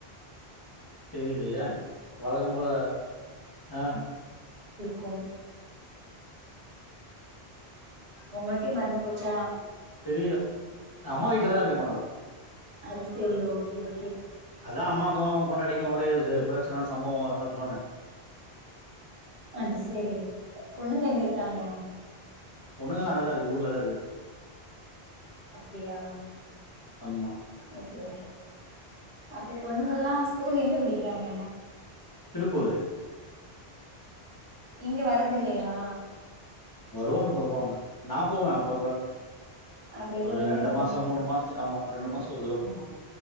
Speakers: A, on the left; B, on the right.
A: தெரியல் லையே வழக்கம்போல ஆ
B: கும் உங்கக்கே மறந்து போச்சா
A: தெரியல அம்மா வீட்லதா இருக்க இப்ப நா
B: அது செரி ஓகே ஓ
A: அதா அம்மாக்கு பொண்டாட்டிக்கு ஒரே அ பிரச்சன சம்பவொ அததா சொன்னனே
B: அது செரி பொண்ணுங்க எங்கருக்காங்க
A: பொண்ணுகலா அங்கதாருக்கு ஊர்லதா
B: அப்டியா
A: ஆமா.
B: ஓகே ஓகே அப்ப பொண்ணுங்கல்லா ஸ்கூலு எங்க படிக்கிறாங்க
A: திருப்பூரு
B: இங்க வரதில்லையா
A: வருவாங்க வருவாங்க நா போவே அப்பப்ப
B: அப்டியா
A: ஒரு
B: பொண்ணுங்கள
A: ரெண்டு
B: பாக்க
A: மாச
B: நீ
A: மூணு
B: போ
A: மாசத்துக்கு ஆமா ரெண்டு மாசத்துக்கொருதடொ போமா